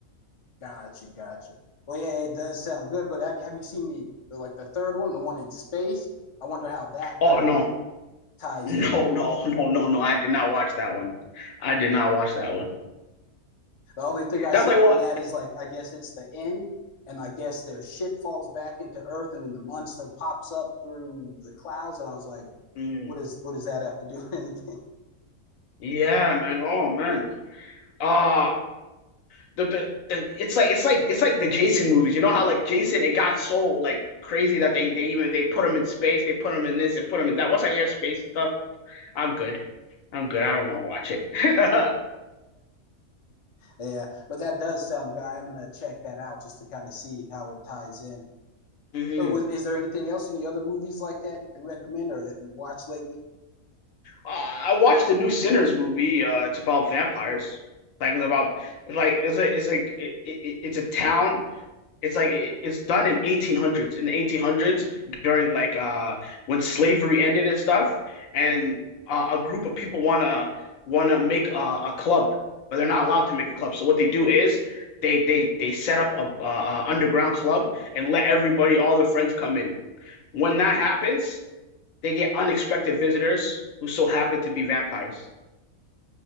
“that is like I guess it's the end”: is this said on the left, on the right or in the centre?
Left